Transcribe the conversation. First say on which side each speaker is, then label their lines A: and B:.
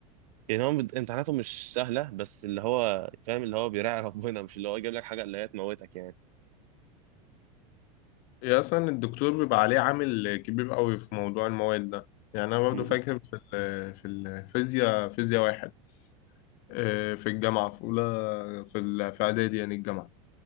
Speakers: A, on the right; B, on the left.
A: يعني هو بت- امتحاناته مش سهلة بس اللي هو فاهم اللي هو بيراعي ربنا مش اللي هو يجيب لك حاجة اللي هي تموتك يعني
B: هي أصلا الدكتور بيبقى عليه عامل كبير قوي في موضوع المواد ده يعني أنا برضو
A: امم
B: فاكر في ال- في الفيزياء فيزياء واحد آه، في الجامعة في أولى في ال- في إعدادي يعني الجامعة